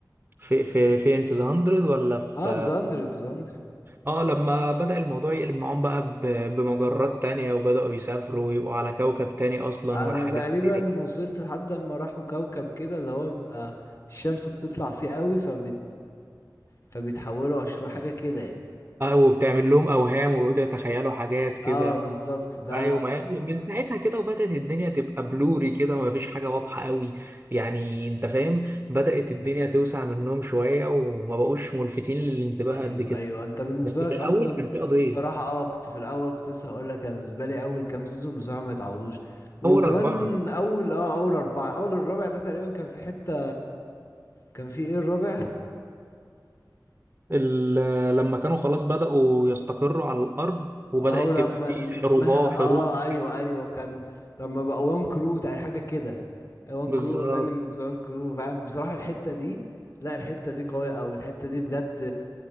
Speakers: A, on the right; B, on the left.
A: في في فين في ذا 100 ولا في
B: اه في زندر في زندر
A: اه لما بدأ الموضوع يقلب معاهم بقى ب- بمجرات تانية وبدأوا يسافروا ويبقوا على كوكب تاني اصلا
B: انا
A: والحاجات
B: تقريبا
A: دي
B: وصلت لحد ما راحوا كوكب كده اللي هو بيبقى الشمس بتطلع فيه قوي فبت فبيتحولوا اشرار حاجة كده يعني.
A: اه وبتعمل لهم اوهام ويقعدوا يتخيلوا حاجات كده
B: اه بالظبط ده
A: ايوه ما هي من ساعتها كده وبدات الدنيا تبقى بلوري كده وما فيش حاجه واضحه قوي يعني انت فاهم بدات
B: مم.
A: الدنيا توسع منهم شويه وما بقوش ملفتين للانتباه
B: ايوه
A: قد كده
B: ايوه انت بالنسبة
A: بس في
B: لك
A: الاول
B: اصلا
A: كان في قضيه
B: بصراحة اه كنت في الاول كنت لسه هقول لك أنا بالنسبة لي اول كام سيزون بصراحة ما يتعوضوش وكمان
A: اول اربعه
B: اول اه اول اربعة اول الرابع ده تقريبا كان في حتة كان في ايه الرابع
A: ال- لما كانوا خلاص بداوا يستقروا على الارض وبدات
B: اه ولما
A: تبقى في
B: اللي اسمها
A: حروبات
B: اه
A: حروب
B: ايوه ايوه كان لما بقى وان كرو تاع حاجه كده وان
A: بالظبط
B: كرو انمي اوف ذا وان كرو فاهم بصراحه الحته دي لا الحته دي قويه قوي الحته دي بجد